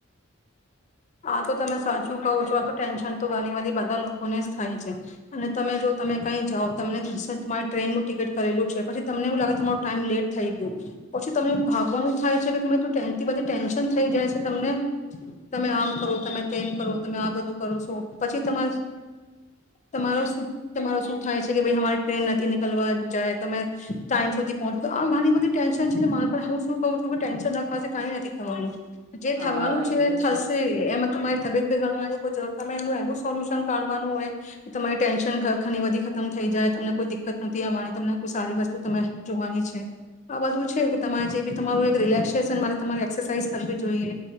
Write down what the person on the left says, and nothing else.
આા તો તમે સાચું કહો છો આ તો ટેન્શન તો ઘણી બધી બધા લોકોને જ થાય છે અને તમે જો તમે કઈ જાઓ તમને તમારી ટ્રેનનું ટિકિટ કરેલું છે પછી તમને એવું લાગે તમારો ટાઈમ લેટ થઈ ગયો પછી તમે ભાગવાનું થાય છે કે તમે ટેનથી બધી ટેન્શન થઈ જાય છે તમને. તમે આમ કરો તમે તેમ કરો તમે આ બધું કરો છો પછી તમા તમારો તમારો શું થાય છે કે ભ અમારી ટ્રેન નથી નીકળવા જાય તમે ટાઈમ સુધી પહોંચો તો આ ઘણી બધી ટેન્શન છે ને માન પર હું શું કું છું કે ટેન્શન રાખવા કઈ નથી થવાનું. જે
થવાનું થશે
એમાં તમારી <unintelligible> રે ત એનું એવું સોલ્યુશન કાઢવાનું હોય કે તમારી ટેન્શન ઘ ઘની બધી ખતમ થઈ જાય તમને કોઈ દિકકત નથી આવવાની તમને કોઈ સારી વસ્તુ ત જોવાની છે આ બધું છે કે તમારે જે બી તમારું રિલેક્સેશન મારે તમારે એક્સરસાઇઝ કરવી જોઈએ.